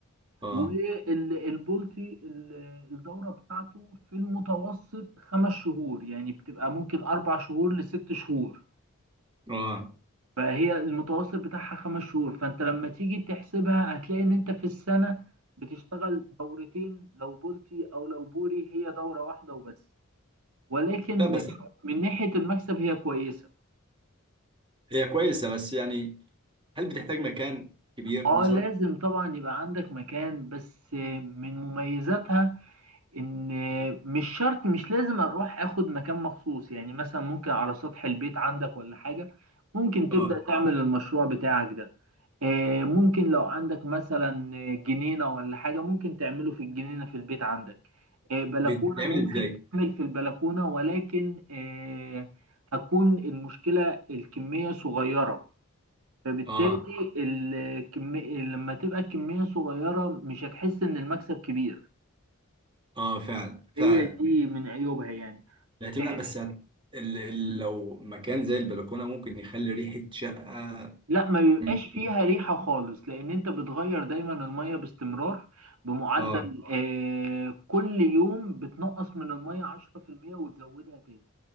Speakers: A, on the right; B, on the right.
A: اه
B: والبولتي الدورة بتاعته في المتوسط خمس شهور يعني بتبقى ممكن أربع شهور لست شهور
A: اه
B: فهي المتوسط بتاعها خمس شهور فأنت لما تيجي تحسبها هتلاقي إن أنت في السنة بتشتغل دورتين لو بولتي أو لو بوري هي دورة واحدة وبس ولكن
A: لا بس
B: من ناحية المكسب هي كويسة
A: هي كويسه بس يعني هل بتحتاج مكان كبير
B: اه
A: مثلا؟
B: لازم طبعا يبقى عندك مكان بس من مميزاتها ان مش شرط مش لازم اروح اخد مكان مخصوص يعني مثلا ممكن على سطح البيت عندك ولا حاجة ممكن تبدأ
A: اه
B: تعمل المشروع بتاعك ده آه، ممكن لو عندك مثلا جنينة ولا حاجة ممكن تعمله في الجنينة في البيت عندك آه، بلكونة
A: بتتعمل
B: ممكن
A: ازاي؟
B: تعمل في البلكونة ولكن آه، هتكون المشكلة الكمية صغيرة فبالتالي
A: اه
B: الكمية لما تبقى الكمية صغيرة مش هتحس إن المكسب كبير
A: اه فعلا فعلا
B: هي دي من عيوبها يعني
A: يتم
B: إيه،
A: لا بس هت- ال... ال... لو مكان زي البلكونه ممكن يخلي ريحه شقه
B: لا ما بيبقاش
A: مش-
B: فيها ريحة خالص لأن أنت بتغير دايما المية باستمرار بمعدل
A: اه
B: آه كل يوم بتنقص من المية 10% وتزودها تاني